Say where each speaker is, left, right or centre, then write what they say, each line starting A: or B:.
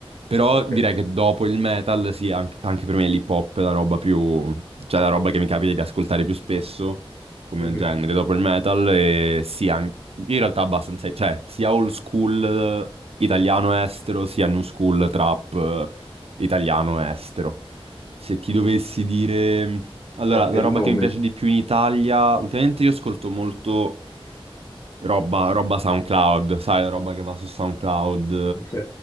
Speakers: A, on the right (about 85°); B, on the left (about 35°).
A: però
B: ok.
A: direi
B: <laughs>
A: che dopo il metal, sì, an- anche, per me l'hip hop è la roba più, cioè, la roba che mi capita di ascoltare più spesso, come
B: Mhm.
A: genere, dopo il metal, e sì, an- io in realtà abbastanza, cioè, sia old school eh, italiano-estero, sia new school trap eh, italiano-estero. Se ti dovessi dire... Allora,
B: Qualche
A: la roba
B: nome?
A: che mi piace di più in Italia, ultimamente io ascolto molto roba, roba SoundCloud, sai, roba che va su SoundCloud.
B: Ok,